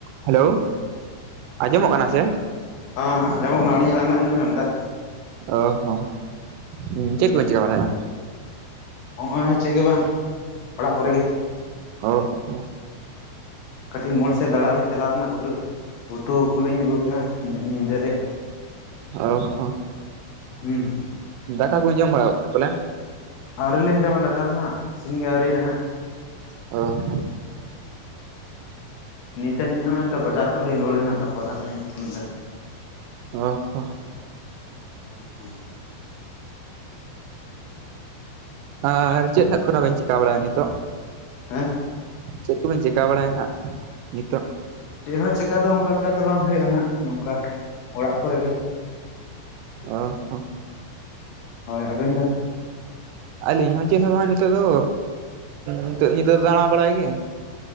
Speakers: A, on the right; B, on the left.
A: ᱦᱮᱞᱳ, ᱟᱸᱡᱚᱢᱚᱜ ᱠᱟᱱᱟ ᱪᱮ?
B: ᱦᱚᱸ ᱚᱢᱚᱜ ᱠᱟᱱᱟ, ᱟᱹᱞᱤᱧᱟᱜ ᱟᱲᱟᱝ ᱵᱮᱱ ᱟᱸᱡᱚᱢ ᱧᱟᱢᱫᱟ?
A: ᱚ ᱦᱚᱸ, ᱩᱸ ᱪᱮᱫ ᱠᱚᱵᱤᱱ ᱪᱤᱠᱟᱹ ᱵᱟᱲᱮᱭᱟᱜᱼᱟ?
B: ᱦᱚᱸᱜᱼᱚᱭ ᱪᱮᱫ ᱜᱮ ᱵᱟᱝ, ᱚᱲᱟᱜ ᱠᱚᱨᱮ ᱜᱮ ᱾
A: ᱚ <unintelligible> ᱦᱚ ᱾
B: ᱠᱟᱹᱴᱤᱡ ᱢᱳᱲ ᱥᱮᱫ ᱫᱟᱬᱟᱱ ᱞᱤᱧ ᱪᱟᱞᱟᱣ ᱞᱮᱱᱟ ᱠᱩᱴᱩ, ᱩᱛᱩ ᱠᱚᱞᱤᱧ ᱟᱹᱜᱩ ᱠᱮᱫᱮ-ᱟ ᱧᱤᱫᱟᱹ ᱨᱮᱭᱟᱜ ᱾
A: ᱚᱦ ᱦᱚᱸ,
B: ᱦᱩᱸ
A: ᱫᱟᱠᱟ ᱠᱚᱵᱤᱱ ᱡᱚᱢ ᱵᱟᱲᱟ ᱜᱚᱫ ᱠᱮᱫᱟ ᱯᱟᱞᱮᱱ?
B: ᱟᱹᱣᱨᱤᱞᱤᱧ ᱡᱚᱢᱟ ᱫᱟᱠᱟ ᱫᱚ ᱦᱟᱸᱜ, ᱤᱥᱤᱱ ᱜᱮ ᱟᱹᱣᱨᱤᱭᱼᱟ ᱦᱟᱸᱜ ᱾
A: ᱚ ᱦᱚ ᱾
B: ᱱᱤᱛ ᱟᱹᱱᱤᱡ ᱦᱚᱸᱜ-ᱚᱭ ᱛᱚ ᱵᱟᱡᱟᱨ ᱠᱷᱚᱡ ᱞᱤᱧ ᱨᱩᱣᱟᱹᱲᱮᱱᱟ ᱛᱟᱨᱚᱨ ᱦᱟᱸᱜ ᱞᱤᱧ ᱯᱷᱳᱱ ᱫᱟ ᱾
A: ᱚᱦ ᱦᱚ ᱾
B: ᱦᱮᱸ ᱦᱮᱸ ᱾
A: ᱟᱨ ᱪᱮᱫ ᱱᱟᱦᱜ ᱠᱚ ᱱᱟ ᱵᱮᱱ ᱪᱤᱠᱟ ᱵᱟᱲᱟᱭᱟ ᱱᱤᱛᱚᱜ?
B: ᱦᱮᱸ?
A: ᱪᱮᱫ ᱠᱚᱵᱮᱱ ᱪᱤᱠᱟᱹ ᱵᱟᱲᱟᱭᱟ ᱱᱟᱦᱜ, ᱱᱤᱛᱚᱜ?
B: ᱪᱮᱫ ᱦᱚᱸ ᱪᱮᱠᱟ ᱫᱚ ᱚᱱᱠᱟ ᱞᱮᱠᱟ ᱫᱚ ᱵᱟᱝ ᱦᱩᱭᱩᱜᱼᱟ ᱦᱟᱸᱜ ᱱᱚᱝᱠᱟ ᱚᱲᱟᱜ ᱠᱚᱨᱮ ᱜᱮ᱾
A: ᱚ ᱦᱚᱸ᱾
B: ᱦᱳᱭ ᱟᱵᱮᱱ ᱫᱚ ᱾
A: ᱟᱹᱞᱤᱧ ᱦᱚᱸ ᱪᱮᱫ ᱦᱚᱸ ᱵᱟᱝ ᱱᱤᱛᱚᱜ ᱫᱚ, ᱱᱤᱛᱚᱜ ᱧᱤᱫᱟᱹ ᱫᱟᱬᱟᱸ ᱵᱟᱲᱟᱭ ᱜᱮ᱾